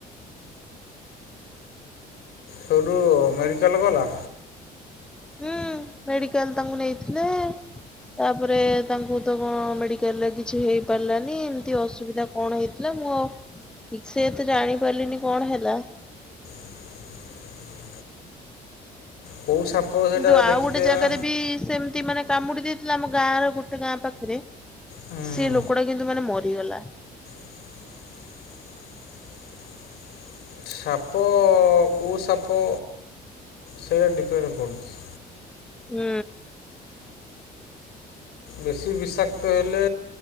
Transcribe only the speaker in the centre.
ହୁଁ ମେଡିକାଲ ତାଙ୍କୁ ନେଇଥିଲେ। ତାପରେ ତାଙ୍କୁ ତ କଣ ମେଡିକାଲ ରେ କିଛି ହେଇ ପାରିଲାନି ଏମିତି ଅସୁବିଧା କଣ ହେଇଥିଲା। ମୁଁ ଆଉ ଠିକ ସେ ତ ଜାଣିପାରିଲିନି କଣ ହେଲା।
କିନ୍ତୁ ଆଉ
ଗୋଟେ ଜାଗାରେ ବି ସେମିତି ମାନେ କାମୁଡି ଦେଇ ଥିଲା ଆମ ଗାଁ ର ଗୋଟେ ଗାଁ ପାଖରେ
ସେ ଲୋକଟା କିନ୍ତୁ ମାନେ ମରିଗଲା।
ହୁଁ।